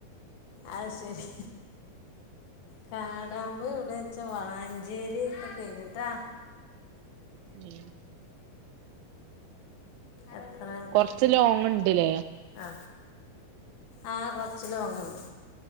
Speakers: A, on the left (about 70°); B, on the right (about 85°).
A: അയ് ശെരി കാടമ്പുഴ ഒയുടെ ച്ചാ വളാഞ്ചെരി ഒക്കെ കെഴിഞ്ഞിട്ടാ
B: ഏ
A: എത്ര
B: കൊർച്ച് ലോങ്ങ് ഇണ്ട് ലെ
A: ആ ആ കൊർച്ച് ലോങ്ങ് ഇണ്ട്